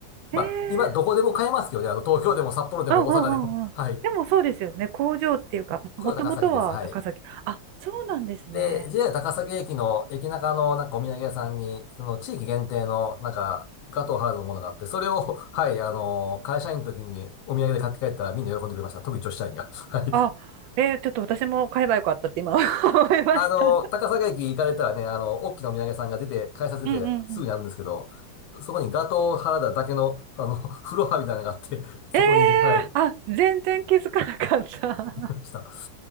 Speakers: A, on the right; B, on the left.
A: ええ
B: まあ、今どこでも買えますけどね、あの、東京でも札幌でも大阪でも。
A: うんうんうんうん。
B: <laughs> はい。
A: でもそうですよね。工場っていうか、
B: これは高崎です。
A: もともとは高崎。
B: はい。
A: あ、そうなんですね。
B: で、JR 高崎駅の駅中のなんかお土産屋さんに、その地域限定のなんかガトーハードのものがあって、それを、<laughs> はい、あの、会社員の時にお土産で買って帰ったらみんな喜んでくれました。特に女子社員が。<laughs> はい。
A: あ、えーちょっと私も買えばよかったって今 <laughs> 思いました。
B: あの、高崎駅行かれたらね、あの、大きなお土産屋さんが出て、改札出てすぐにあるんですけど、
A: うんうんうん。
B: そこにガトーハードだけの、あの、<laughs> フロアみたいなのがあって、そこに、
A: えー
B: はい、い
A: あ、全然気づかなかった。
B: ました。